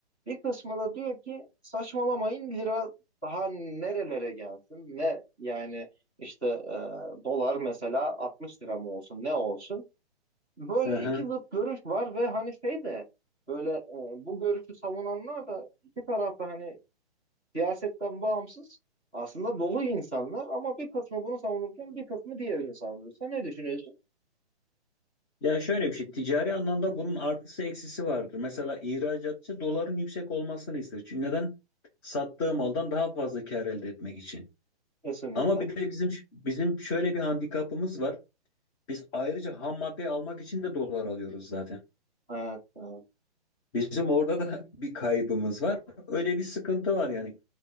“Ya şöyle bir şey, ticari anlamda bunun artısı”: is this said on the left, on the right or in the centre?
Left